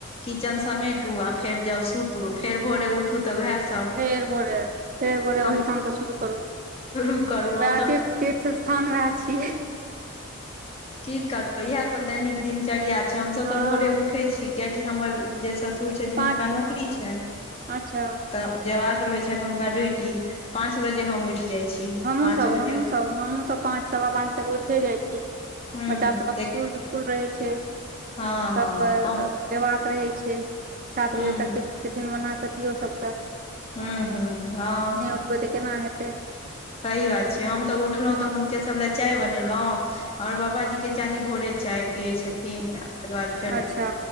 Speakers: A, on the left; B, on the right.
A: किचन समेंटु आ फेर जाउ सुतू, फेर भोरे उ ठु त वैहै सब।
B: फेर भोरे- फेर भोरे ओहिठाम
A: हम
B: तऽ शुरू करू,
A: शुरू करू हम
B: वैह
A: तऽ
B: फिर तीर्थ स्थान वैह छियै।
A: की करबै इएह तऽ दैनिक दिनचर्या छै, हमसब
B: हँ
A: तऽ भोरे उठै छी किये हमर जे ससुर छथिन,
B: पाँच
A: हुनका नौकरी छनि
B: अच्छा
A: तऽ जेबाक रहै छनि हुनका ड्यूटी पाँच बजे हम उठि जाइ छी
B: हमहुँसब-हमहुँसब-
A: पाँच बजे
B: हमहुँसब पाँच सवा पाँच बजे तक उठे जाइ छी,
A: हूँ
B: बच्चा सबके स्कुल-तिस् कुल रहै छै,
A: हँ
B: तब
A: हँ हँ
B: जबाक रहै छै। सात
A: हूँ
B: बजे तक टिफ-टिफिन बना कऽ दियौ सबकेँ।
A: हम्म -हम्म- हँ।
B: तुरते केना हेतै।
A: सही बात छै, हम तऽ उठलहुँ तऽ हुनके सब लए चाय बनेलौ। हमर बाबाजी के चाही भोरे चाय पियै छथिन तै ओय के बाद फेर
B: अच्छा